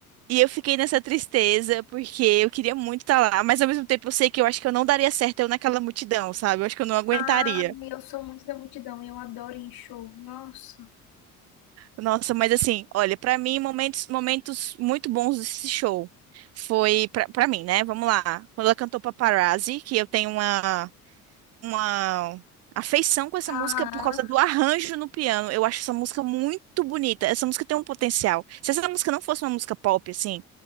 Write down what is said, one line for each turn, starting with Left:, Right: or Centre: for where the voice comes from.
Right: E eu fiquei nessa tristeza, porque eu queria muito estar lá, mas ao mesmo tempo eu sei que eu acho que eu não daria certo eu naquela multidão, sabe? Eu acho que eu não aguentaria.
Left: Ah, eu sou muito da multidão e eu adoro ir em show, nossa.
Right: Nossa, mas assim, olha, pra mim, momentos, momentos muito bons desse show. Foi, pra, pra mim, né? Vamos lá. Quando ela cantou Paparazzi, que eu tenho uma. uma afeição com essa música
Left: Aham,
Right: por causa do arranjo no piano. Eu acho essa música muito bonita. Essa música tem um potencial. Se essa música não fosse uma música pop, assim,